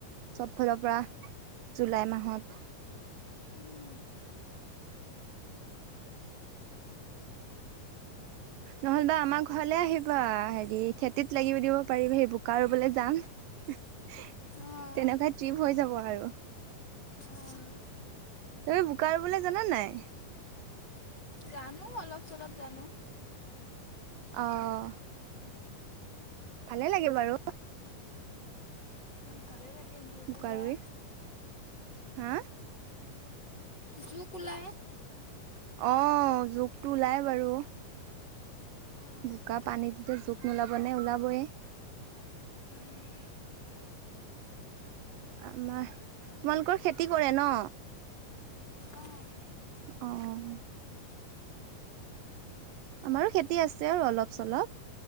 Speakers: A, on the right; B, on the left.
A: চব ফালৰ পৰা। জুলাই মাহত।
B: উম, <unintelligible>
A: নহলেবা আমাৰ ঘৰলে আহিবা হেৰি খেতিত লাগিব দিব পাৰিবা সেই বোকা ৰুবলে যাম। <inaudible> উহ,
B: অ',
A: তেনেকুৱা ট্ৰিপ হৈ যাব আৰু।
B: আহ,
A: তুমি বোকা ৰোবলে জানা নাই?
B: জানো অলপ চলপ জানো।
A: অ'। ভালে লাগে বাৰু।
B: ভালেই লাগে জোক
A: বোকা
B: ওলাই।
A: ৰুই। হা।
B: জোক ওলাই।
A: অ', জোকটো ওলাই বাৰু।
B: অ',
A: বোকা পানীটোতে জোক নোলাবনে ওলাবয়ে।
B: উম,
A: আমাৰ, তোমালোকৰ খেতি কৰে ন।
B: অ',
A: অ'- অ'।
B: লাইটটো
A: আমাৰো
B: গ'ল।
A: খেতি আছে আৰু অলপ চলপ,